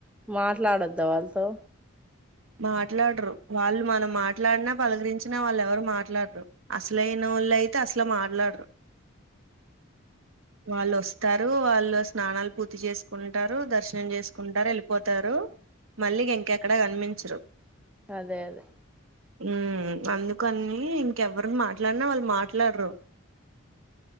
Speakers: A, in the centre; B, on the right.
A: మాట్లాడొద్ద వాళ్ళతో
B: మాట్లాడరు వాళ్ళు మనం మాట్లాడినా పలకరించినా వాళ్ళు ఎవరు మాట్లాడరు అసలైనా నోళ్ళైతే అసలు మాట్లాడరు వాళ్ళు ఒస్ వస్తారు వాళ్ళు స్నానాలు పూర్తి చేసుకుంటారు దర్శనం చేసుకుంటారు వెళ్ళిపోతారు మళ్ళీ ఇంకెక్కడ కనిపించరు
A: అదే అదే
B: ఊ అందుకని ఇంకెవరు మాట్లాడినా వాళ్ళు మాట్లాడరు